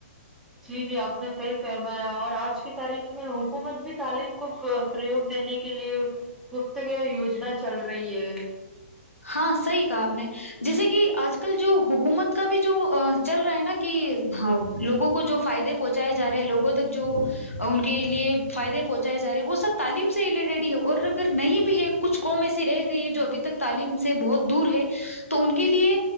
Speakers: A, in the centre; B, on the left.
A: جی جی آپ نے صحیح فرمایا اور آج کی تاریخ میں حکومت بھی تعلیم کو فروغ دینے کے لیے گفتگ یوجنا چل رہی ہے
B: ہاں صحی کہا آپ نے جیسے کہ آج کل جو حکومت کا بھی جو چل رہا ہے نا کہ لوگوں کو جو فائدے پہنچاائے جا رہے ہیں لوگوں تک جو ان کے لیے فائدے پہنچائے جا رہے ہیں وہ سب تعلیم سے ریلیٹڈ ہی ہے اور اگر نہیں بھی ہے کچھ کووم ایسی رہ گئی ہے جو ابھی تک تعلیم سے بہت دور ہے تو ان کے لیے